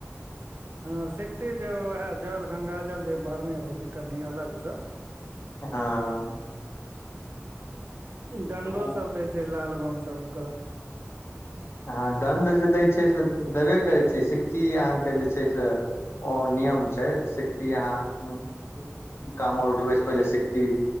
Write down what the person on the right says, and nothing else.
हँ सिखती जे उएह जल ग गाज ल जे भरने रहै छै कनि अलगसँ।
डंडो
सब दै छै लाल बम सब के